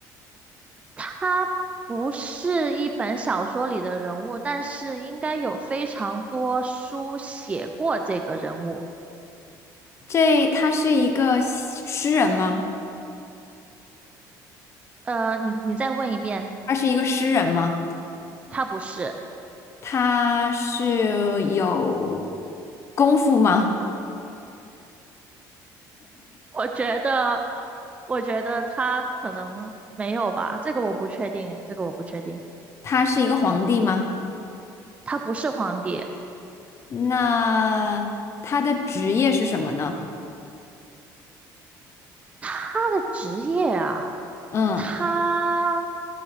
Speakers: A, on the right; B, on the left.
A: 他不是一本小说里的人物，但是应该有非常多书写过这个人物。
B: 这他是一个诗诗人吗？
A: 呃，你你再问一遍，
B: 他是一个诗人吗？
A: 他不是。
B: 他是有功夫吗？
A: 我觉得，我觉得他可能没有吧，这个我不确定，这个我不确定。
B: 他是一个皇帝吗？
A: 他不是皇帝，
B: 那他的职业是什么呢？
A: 他的职业啊。
B: 嗯，
A: 他